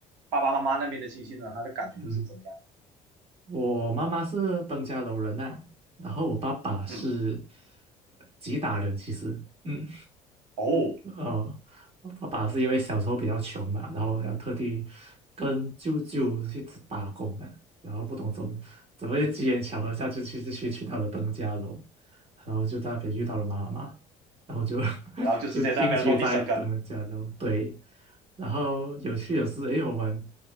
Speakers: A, on the right; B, on the right.
A: 爸爸妈妈那边的亲戚呢，他的感觉就是怎么样？
B: 嗯我妈妈是登嘉楼人呐、然后我爸爸是
A: 嗯，
B: 呃吉打人，其实。嗯。
A: 哦，
B: 哦，我爸爸是因为小时候比较穷嘛，然后要特地跟舅舅去起打工啊，然后不懂怎么怎么机缘巧合下就去就去去到了登嘉楼，然后就在那边遇到了妈妈，然后就 <laughs>
A: 然后就直接在那边落地生根。
B: 就定居在登嘉楼。对，然后有趣的是，因为我们